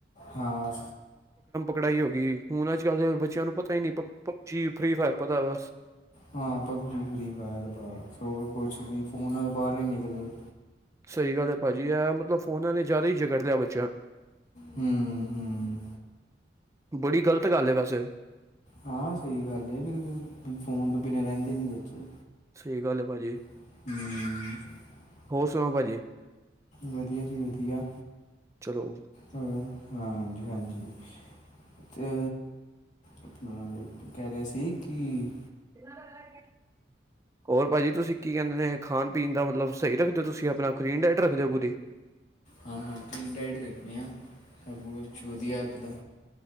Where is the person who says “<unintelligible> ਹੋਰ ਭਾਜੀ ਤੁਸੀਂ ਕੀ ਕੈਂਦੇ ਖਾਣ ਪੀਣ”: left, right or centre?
Right